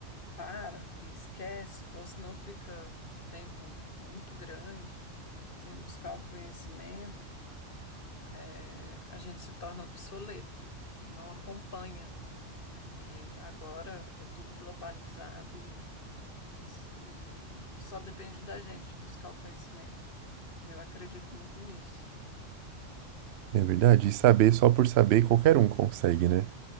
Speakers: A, on the left; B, on the right.
A: para e esquece, ou se não fica um tempo muito grande sem buscar o conhecimento, eh, a gente se torna obsoleto, não acompanha, né? Porque agora é tudo globalizado E, s- e- e só depende da gente buscar o conhecimento. Eu acredito muito nisso.
B: é verdade. E saber só por saber qualquer um consegue, né?